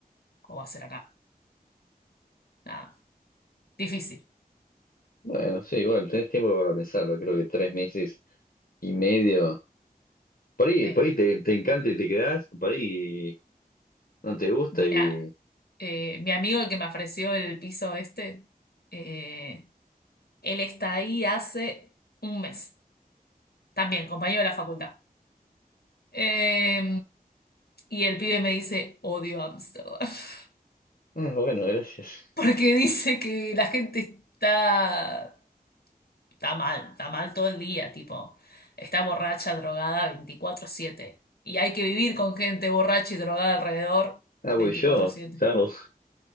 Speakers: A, on the left (about 85°); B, on the left (about 65°).
A: o va a ser acá. Nada, difícil.
B: Bueno, sí, igual, tenés tiempo para pensarlo, creo que tres meses y medio. Por ahí,
A: Sí,
B: por ahí te, te encanta y te quedás, por ahí no te gusta
A: Mira,
B: y...
A: eh, mi amigo el que me ofreció el piso este, eh, él está ahí hace un mes, también compañero de la facultad. Eh, y el pibe me dice, odio Ámsterdam, <laughs>
B: Ah, bueno, gracias.
A: porque dice que la gente está, está mal, está mal todo el día, tipo, está borracha, drogada veinticuatro siete, Y hay que vivir con gente borracha y drogada alrededor
B: Ah,
A: veinticuatro
B: voy yo,
A: siete.
B: chao.